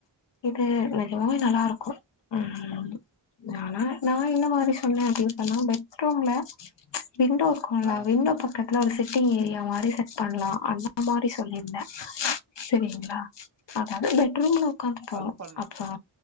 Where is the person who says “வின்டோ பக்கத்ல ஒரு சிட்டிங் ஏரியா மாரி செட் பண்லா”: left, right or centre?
Left